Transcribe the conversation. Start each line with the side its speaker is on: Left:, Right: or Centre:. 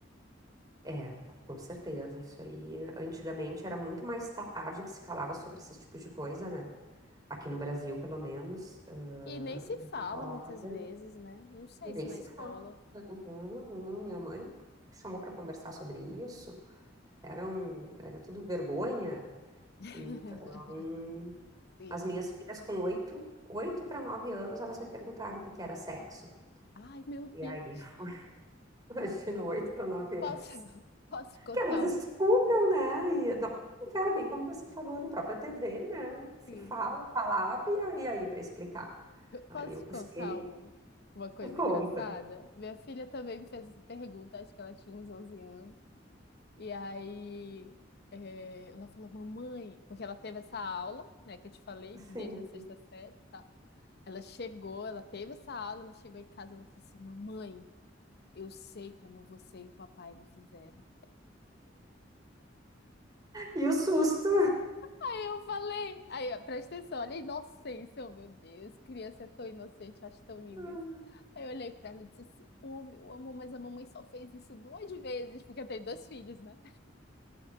Right: é, com certeza. Isso aí, eh, antigamente era muito mais tarde que se falava sobre esses tipos de coisa, né? Aqui no Brasil, pelo menos.
Left: E nem se
Right: Ah,
Left: fala muitas
Right: Agora,
Left: vezes, né? Não sei se
Right: nem se
Left: na escola.
Right: fala. Não, não, minha mãe chamou para conversar sobre isso. Era um, era tudo vergonha.
Left: <laughs>
Right: Então,
Left: Sim.
Right: as minhas filhas com oito, oito para nove anos, elas me perguntaram o que que era sexo.
Left: Ai, meu
Right: E
Left: Deus.
Right: aí foi, <laughs> imagina, oito para nove
Left: Posso,
Right: anos.
Left: <laughs> posso te contar
Right: que elas escutam,
Left: um?
Right: né? E na novela, bem como você falou, na própria TV, né? Se
Left: Sim.
Right: fala a palavra e a- e aí para explicar. Aí
Left: Posso
Right: eu
Left: te
Right: busquei
Left: contar um, uma coisa
Right: por conta,
Left: engraçada? Minha filha também me fez essa pergunta, acho que ela tinha uns 11 anos. E aí, é, ela falou, mamãe, porque ela teve essa aula, né, que eu te falei,
Right: sim.
Left: que desde a sexta série, tá? Ela chegou, ela teve essa aula, ela chegou em casa, ela falou assim, mamãe, eu sei como você e o papai me fizeram.
Right: E o susto.
Left: Eu falei. Aí, ó, presta atenção, olha a inocência, oh, meu Deus, criança é tão inocente, eu acho tão lindo
Right: <laughs>
Left: isso. Aí eu olhei pra ela e disse assim: Ô, meu amor, mas a mamãe só fez isso duas vezes, porque eu tenho dois filhos, né?